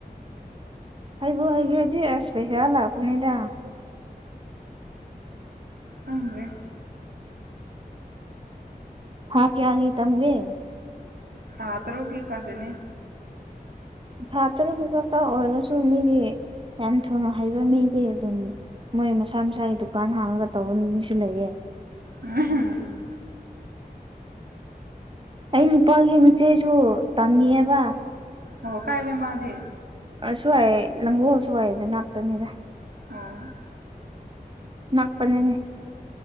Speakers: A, on the right (about 35°); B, on the right (about 80°).
A: ꯍꯕꯨ ꯍꯩꯒ꯭ꯔꯗꯤ ꯑꯁ ꯄꯩꯁꯥ ꯂꯥꯛꯄꯅꯤꯗ
B: ꯐꯪꯗ꯭ꯔꯦ
A: ꯊꯀꯦ ꯍꯥꯏꯒꯤꯦ ꯇꯝꯦ
B: ꯊꯥ ꯇꯔꯣꯒꯤ ꯀꯗꯅꯦ
A: ꯊꯥ ꯇꯔꯨꯛꯀꯤ ꯀꯛꯇ ꯑꯣꯏꯔꯁꯨ ꯃꯤꯗꯤ ꯌꯥꯝ ꯊꯨꯅ ꯍꯩꯕ ꯃꯤꯗꯤ ꯑꯗꯨꯝ ꯃꯣꯏ ꯃꯁꯥ ꯃꯁꯥꯒꯤ ꯗꯨꯀꯥꯟ ꯍꯥꯡꯉꯒ ꯇꯧꯕꯅꯤ ꯃꯤꯁꯨ ꯂꯩꯌꯦꯦ
B: ꯎꯝ
A: ꯑꯩ ꯅꯨꯄꯥꯒꯤ ꯃꯆꯦꯁꯨ ꯇꯝꯃꯤꯦꯕ
B: ꯑꯣ ꯀꯥꯏꯗꯦ ꯃꯥꯗꯤꯦ
A: ꯁꯨ꯭ꯋꯥꯏ ꯂꯪꯒꯣꯜꯁꯨꯋꯥꯏꯗ ꯉꯅꯥꯥꯛꯛꯇꯅꯤꯗ
B: ꯑꯣ
A: ꯅꯥꯥꯛꯄꯅꯦꯅꯦ